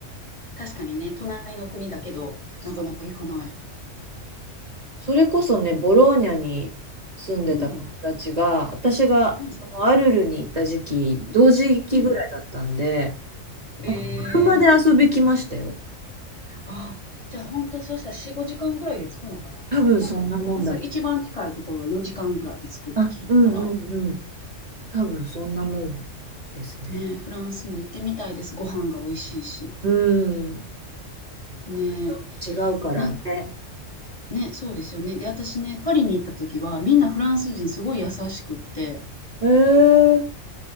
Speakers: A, on the left (about 35°); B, on the right (about 35°).
A: 確かにね、隣の国だけど、
B: そ、
A: なかなか行かない。
B: それこそね、ボローニャに住んでた友達が、
A: うん、
B: 私がそのアルルにいた時期、
A: うん、
B: 同時期ぐらいだったんで、
A: うん。えー、
B: なんか車で遊び来ましたよ。
A: あ、じゃあ本当そうしたら4、5時間ぐらいで着くのかななんかね、
B: 多分そんなもんだ。
A: フランス一番近いところは4時間ぐらいで着くって聞いたから、
B: あ、うんうんうん。多分そんなもんですね。
A: ねえ、フランスも行ってみたいです。ご飯が美味しいし。
B: うん。
A: ねえ、
B: またちょっと違うからね。
A: なんね、そうですよね。で、私ね、パリに行った時は、みんなフランス人すごい優しくって、
B: えー、